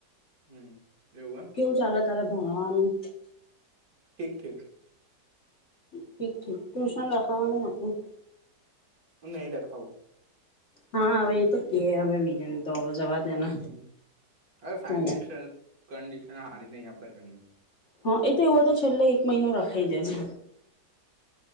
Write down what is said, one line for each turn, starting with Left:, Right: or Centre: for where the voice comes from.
Right: હમ એવું એમ
Left: કેવું ચાલે તારે ભણવાનું
Right: ઠીક ઠીક
Left: ઠીક ઠીક ટ્યુશન રાખાવાનું હતું
Right: નહી રખાવું
Left: હા હવે એ તો કે હવે વિરેન તો જવા દેને
Right: હ અરે ફાઈનેશિયલ
Left: તું
Right: કન્ડિશન હારી નહી આપણા ઘરની
Left: હા એ તો એવું હોય તો છેલ્લો એક મહિનો રખાઈ દેજે